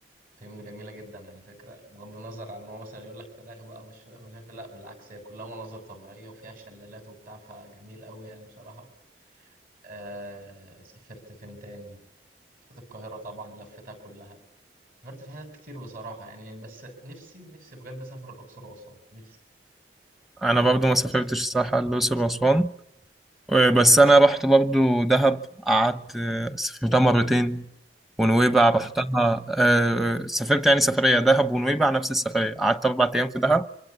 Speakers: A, on the right; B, in the centre.
A: الفيوم دي جميلة جدا على فكرة بغض النظر عن إن هو مثلا يقول لك فراخ بقى مش فراخ مش عارف إيه. لا بالعكس هي كلها مناظر طبيعية وفيها شلالات وبتاع فجميل أوي يعني بصراحة آه، سافرت فين تاني سافرت القاهرة طبعا لفتها كلها سافرت في حتت كتير بصراحة يعني بس نفسي نفسي بجد أسافر الأقصر وأسوان نفسي
B: أنا برضو ما سافرتش الصراحة الأقصر وأسوان آه، بس أنا رحت برضو دهب قعدت آه، سافرتها مرتين ونويبع
A: مم.
B: رحتها آه، سافرت يعني سفرية دهب ونويبع نفس السفرية قعدت أربع أيام في دهب